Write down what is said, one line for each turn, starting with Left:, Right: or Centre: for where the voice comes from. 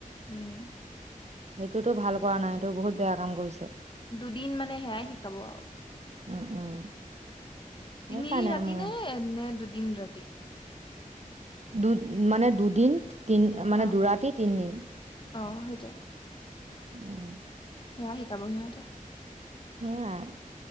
Left: উম
Right: সেইটোতো ভাল কৰা নাই এইটো বহুত বেয়া কাম কৰিছে
Left: দুদিন মানে সেয়াই শিকাব আৰু
Right: উম উম
Left: তিনি
Right: সেইকাৰণে
Left: ৰাতি
Right: মোৰ
Left: নে নে দুদিন ৰাতি
Right: দু মানে দুদিন তি মানে
Left: অ
Right: দু ৰাতি তিনদিন
Left: অ সেইটোৱে
Right: উম
Left: সেয়া শিকাব সিহঁতে।
Right: সেয়াই